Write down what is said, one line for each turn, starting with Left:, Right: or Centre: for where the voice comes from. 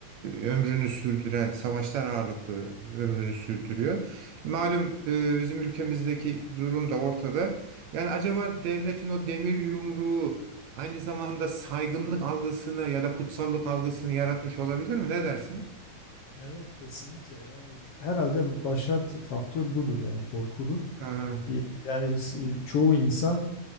Right: ömrünü sürdüren, savaşlar ağırlıklı ömrünü sürdürüyor. Malum e, bizim ülkemizdeki durum da ortada. Yani acaba devletin o demir yumruğu aynı zamanda saygınlık algısını ya da kutsallık algısını yaratmış olabilir mi? Ne dersiniz?
Left: Evet, kesinlikle. Yani herhalde başat faktör budur yani korkudur.
Right: Aha.
Left: Yani s- çoğu insan